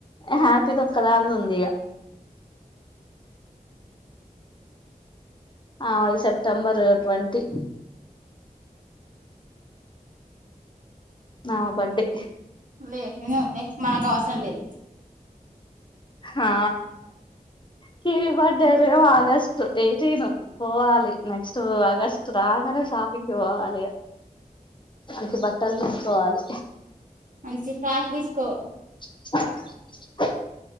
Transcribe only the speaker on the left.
హ్యాపీది ఒక్కదాంది ఉంది ఇగ ఆమెది సెప్టెంబరు ట్వంటీ ఆమె బర్త్డే
హా కివీ బర్త్డే ఏమో ఆగస్ట్ ఎయిటీన్ పోవాలి నెక్స్ట్ ఆగస్ట్ రాగానే షాపింగ్ కి పోవాలిగా
మంచి బట్టలు తీసుకోవాలి
<inaudible>